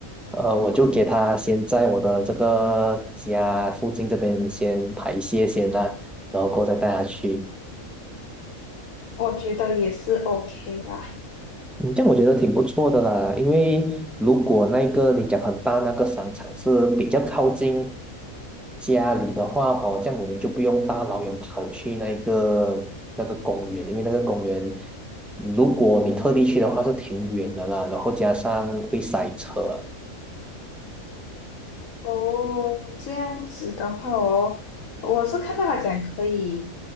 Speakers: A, in the centre; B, on the left (about 70°).
A: 呃，我就给它先在我的这个家附近这边先排泄先啦、然后过后再带它去。
B: 我觉得也是 OK 啦。
A: 嗯，这样我觉得挺不错的啦，因为如果那个你讲很大那个商场是比较靠近家里的话哦，这样我们就不用大老远跑去那个那个公园，因为那个公园如果你特地去的话是挺远的啦，然后加上会塞车，
B: 哦，这样子的话哦，我是看到他讲可以